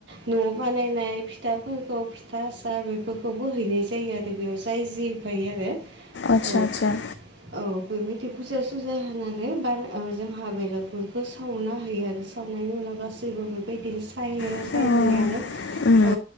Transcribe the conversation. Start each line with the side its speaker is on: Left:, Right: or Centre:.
Right: न' बानायनाय फिथाफोरखौ फिथा सा बेफोरखौबो हैनाय जायो आरो बेयाव जाय जि होफायो आरो
Left: आतसा-आतसा।
Right: औ औ बेबायदि फुजा-सुजा होनानै बा ओ जोंहा बेलागुरखौ सावना होयो आरो। सावनायनि उनाव गासैबो बेबायदिनो सायो
Left: औ
Right: सायनानै आरो
Left: उम
Right: औ